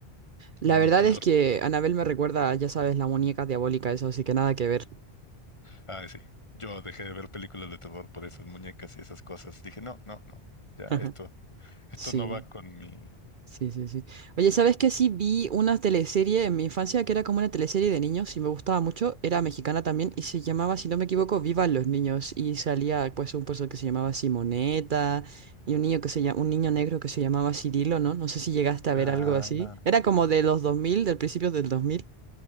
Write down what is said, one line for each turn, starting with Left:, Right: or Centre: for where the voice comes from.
Right: La
Left: ni
Right: verdad
Left: peor,
Right: es que Anabel me recuerda, ya sabes, la muñeca diabólica, eso, así que nada que ver.
Left: Ay, sí. Yo dejé de ver películas de terror por esas muñecas y esas cosas. Dije, no, no, no. Ya,
Right: <laughs>
Left: esto, esto
Right: Sí.
Left: no va con mi.
Right: Sí, sí, sí. Oye, ¿sabes qué? Sí vi una teleserie en mi infancia que era como una teleserie de niños y me gustaba mucho. Era mexicana también y se llamaba, si no me equivoco, Vivan los niños. Y salía pues un personaje que se llamaba Simoneta y un niño que se llama, un niño negro que se llamaba Cirilo, ¿no? No sé si llegaste a
Left: Ah,
Right: ver algo así. Era como de los 2000 del principio del dos mil